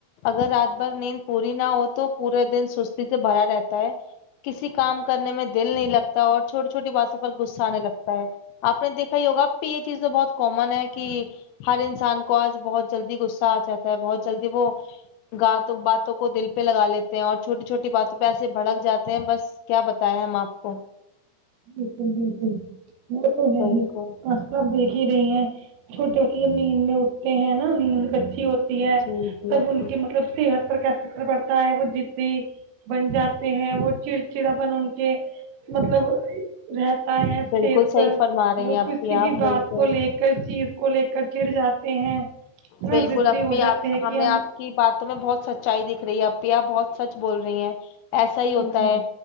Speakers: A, on the left; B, on the right.
A: اگر رات بھر نیند پوری نہ ہو تو پورے دن سستی سے بھرا رہتا ہے کسی کام کرنے میں دل نہیں لگتا اور چھوٹی چھوٹی باتوں پر غصہ آنے لگتا ہے آپ نے دیکھا ہی ہوگا آپپی یہ چیز بہت کامن ہے کہ ہر انسان کو آج بہت جلدی غصہ آ جاتا ہے بہت جلدی وہ گات باتوں کو دل پہ لگا لیتے ہیں اور چھوٹی چھوٹی باتوں پہ ایسے بھڑک جاتے ہیں بس کیا بتائے ہم آپ کو
B: بالکل بالکل وہ تو ہے
A: بالکل
B: ہی <unintelligible> اص کلب دیکھ ہی رہی ہیں چھوٹے بچے جب نیند میں اٹھتے ہیں نا نیند کچی ہوتی ہے
A: جی جی
B: تب
A: اپی
B: ان کے مطلب صحت پر کیسےکر پڑتا ہے وہ جدی بن جاتے ہیں وہ چڑچڑاپن ان کے مطلب رہ <unintelligible>
A: بالکل
B: اسز
A: صحیح
B: پر
A: فرما رہی
B: وہ
A: ہیں اپی
B: کسی
A: آپ
B: بھی
A: بالکل
B: بات کو لے کرچیز کو لے کر چڑ جاتے ہیں نا
A: بالکل
B: ضدی
A: اپپی
B: ہو
A: بھی
B: جاتے
A: آپ
B: ہیں
A: ہمیں
B: کہ
A: آپ کی باتوں میں بہت سچ اوچائی دکھ رہی ہے ا پیی بہت سچ بول رہی ہیں ایسا ہی ہوتا
B: بالکل
A: ہے